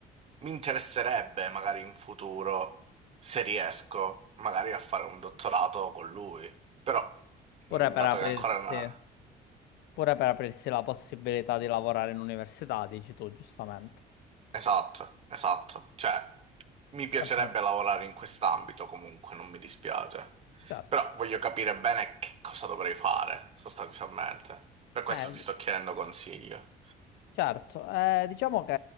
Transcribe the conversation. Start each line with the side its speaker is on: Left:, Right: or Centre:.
Right: mi interesserebbe magari in futuro, se riesco, magari a fare un dottorato con lui. Però,
Left: Pure
Right: mh,
Left: per
Right: dato
Left: aprirsi,
Right: che ancora... non-
Left: pure per aprirsi la possibilità di lavorare in università, dici tu, giustamente.
Right: Esatto, esatto. Cioè, mi
Left: Sempre,
Right: piacerebbe lavorare in quest'ambito comunque, non mi dispiace.
Left: certo.
Right: Però voglio capire bene che cosa dovrei fare, sostanzialmente. Per questo
Left: Eh,
Right: ti sto chiedendo consiglio.
Left: Certo, eh, diciamo che